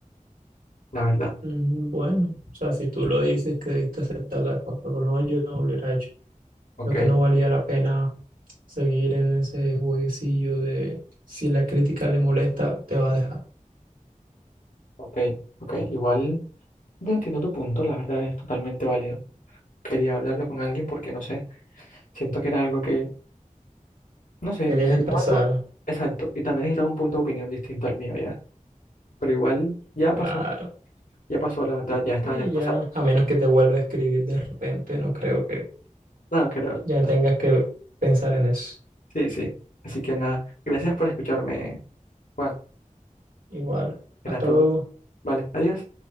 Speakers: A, on the left; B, on the right.
A: la verdad.
B: Mm, Bueno, o sea, si tú lo dices que debiste aceptarla de facto, por lo menos yo no lo hubiera hecho.
A: Ok,
B: Creo que no valía la pena seguir en ese jueguecillo de si la crítica le molesta, te va a dejar.
A: ok, ok. Igual yo entiendo tu punto, la verdad es totalmente válido. Quería hablarlo con alguien porque no sé, siento que era algo que No sé,
B: Querías
A: necesitaba
B: expresar,
A: otro. Exacto. Y también necesitaba un punto de opinión distinto al mío ya. Pero igual ya
B: claro.
A: pasó. Ya pasó, la verdad. Ya estaba
B: y
A: en el
B: ya,
A: pasado.
B: a menos que te vuelva a escribir de repente, no creo que
A: Nada, creo, la
B: ya
A: verdad.
B: tengas que pensar en eso.
A: Sí, sí. Así que nada. Gracias por escucharme, Juan.
B: Igual, hasta
A: Era todo.
B: luego.
A: Vale, adiós.